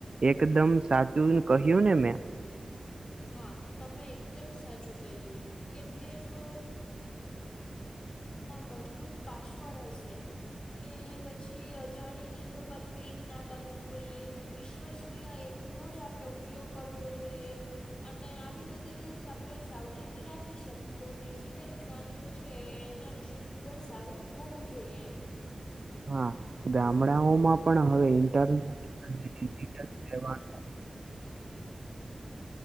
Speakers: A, on the right (about 50°); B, on the left (about 50°).
A: એકદમ સાચું ને કહ્યું ને મેં
B: હા તમે એકદમ સાચું કર્યું કેમકે જો મજબૂત પાસવર્ડ હશે. કે પછી અજાણી લિંક પર ક્લિક ના કરવું જોઈએ વિશ્વસનીય એપ ન જ આપણે ઉપયોગ કરવો જોઈએ. અને આવી બધી જો આપણે સાવચેતી રાખી શક તોું ડિજિટલ જ્ઞાન જે છે એ એના વિશેે ખૂબ જ સારું હોવું જોઈએ એમ.
A: હા ગામડાઓમાં પણ હવે ઇન્ટરનેટ અને ડિજિટલ સેવા.